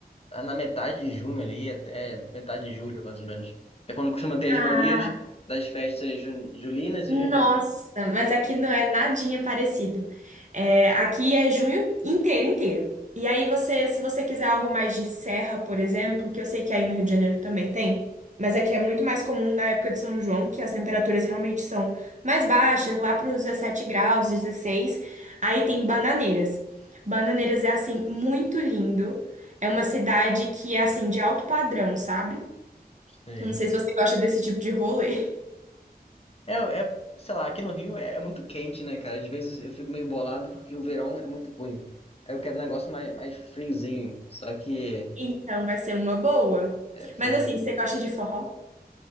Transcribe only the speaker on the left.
na metade de junho ali, até metade de julho, mais ou menos. É quando costuma ter as
Marias das festas jun- julinas
e juninas.
Sei.
É, é, sei lá, aqui no Rio é, é muito quente, né, cara? Às vezes eu fico meio bolado porque o verão é muito ruim. Aí eu quero um negócio mais, mais friozinho, só que
é friozinho.